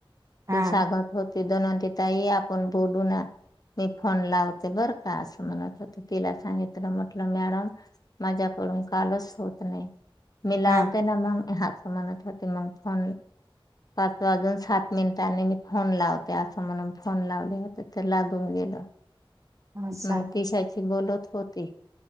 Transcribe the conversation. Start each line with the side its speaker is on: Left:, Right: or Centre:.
Right: हा
Left: ते सांगत होते धनवंती ताई आपण बोलू ना. मी फोन लावते बर का असं म्हणत होती? तिला सांगितलं म्हटलं मॅडम माझ्याकडून पण कॉलच होत नाही, मी लावते
Right: हा
Left: ना मग ह्याच म्हणत होते. ते मंग फोन पाच वाजून सात मिनिटांनी मी फोन लावते असं, म्हणून फोन लावले होते ते लागून गेले. तिला
Right: असा
Left: मग तिशाची बोलत होती.